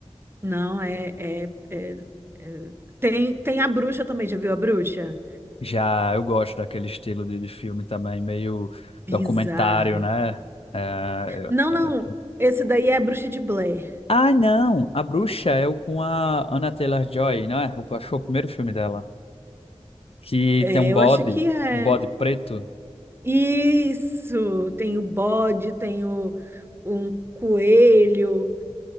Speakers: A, on the right; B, on the left.
A: Não, é, é, é- é- Tem, tem a bruxa também, já viu a bruxa?
B: Já eu gosto daquele estilo de, de filme também, meio
A: Bizarro.
B: documentário, né? É,
A: Não,
B: é-
A: não. Esse daí é a bruxa de Blair.
B: Ah, não! A Bruxa é o com a Anna Taylor-Joy, não é? Eu acho que foi o primeiro filme dela. que
A: É,
B: tem um
A: Eu
B: bode,
A: acho que é.
B: um bode preto.
A: Isso! Tem o bode, tem o, um coelho.